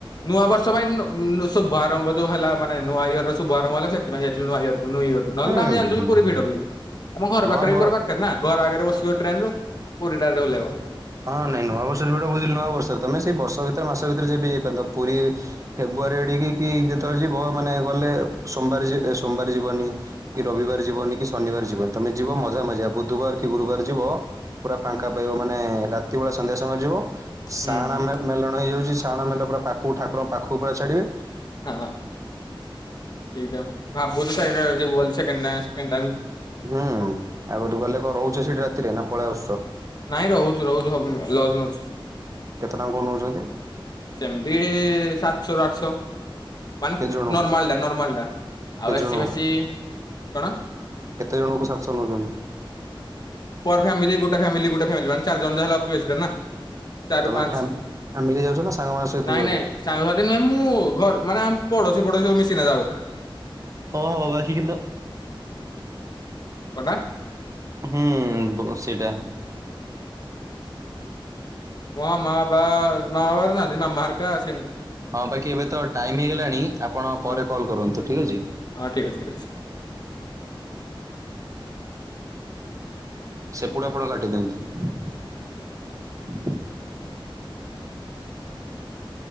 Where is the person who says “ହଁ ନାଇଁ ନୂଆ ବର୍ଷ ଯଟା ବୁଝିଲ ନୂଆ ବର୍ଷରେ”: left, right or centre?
Right